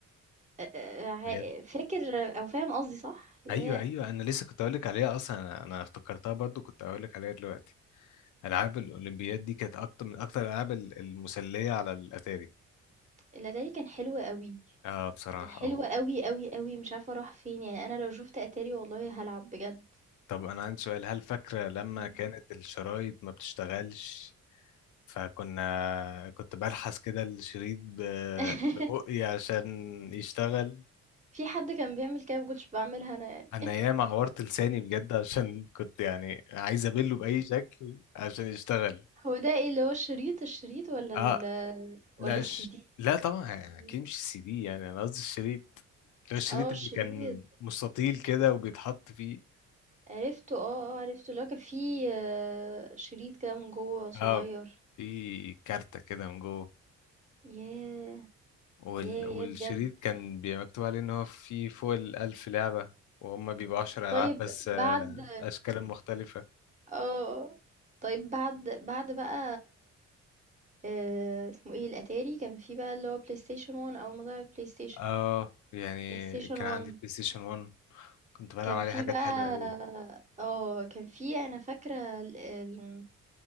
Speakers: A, on the right; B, on the left.
A: أ أ ع
B: بجد
A: فاكر أو فاهم قصدي صح؟ اللي
B: ايوه
A: هي
B: ايوه انا لسه كنت هقولك عليها اصلا انا أنا افتكرتها برضو كنت هقولك عليها دلوقتي العاب الاولمبياد دي كانت اكتر من اكتر الالعاب ال- المسليه على الاتاري
A: الأتاري كان حلو أوي،
B: اه بصراحه
A: كان حلو
B: آه.
A: أوي، أوي، أوي، مش عارفة راح فين، يعني أنا لو شُفت أتاري والله هالعب بجد.
B: طب انا عندي سؤال هل فاكره لما
A: إمم.
B: كانت الشرايط ما بتشتغلش فكنا كنت بلحس كده الشريط ب-
A: <laughs>
B: ببقي عشان يشتغل
A: في حد كان بيعمل كده ما كنتش باعملها أنا يعني.
B: انا ياما عورت لساني بجد عشان كنت يعني عايز ابله باي شكل عشان يشتغل
A: هو ده إيه اللي هو الشريط، الشريط والّا
B: اه
A: ال والّا
B: لا
A: الCD؟
B: ش... لا طبعا
A: الCD
B: يعني اكيد مش السي دي يعني انا قصدي الشريط اللي هو الشريط
A: آه الشريط،
B: اللي كان مستطيل كده وبيتحط فيه
A: عرفته آه، آه عرفته، اللي هو كان فيه آه، شريط كده من جوّه صغيّر.
B: اه في كارتة كده من جوه
A: ياه!
B: وال...
A: ياه،
B: والشريط
A: ياه بجد.
B: كان بيبقى مكتوب عليه ان هو فيه فوق الألف لعبة وهم بيبقوا عشر
A: طيب
B: ألعاب بس
A: بعد
B: آه، أشكال مختلفة
A: اه طيب بعد بعد بقى آه اسمه ايه الاتاري كان في بقى اللي هو بلاي ستيشن 1 اول ما طلع البلاي ستيشن
B: اه يعني
A: بلاي ستيشن
B: كان عندي
A: 1
B: بلاي ستيشن 1 كنت بلعب
A: كان
B: عليه
A: في
B: حاجات
A: بقى
B: حلوة قوي
A: اه كان في انا فاكره ال- ال-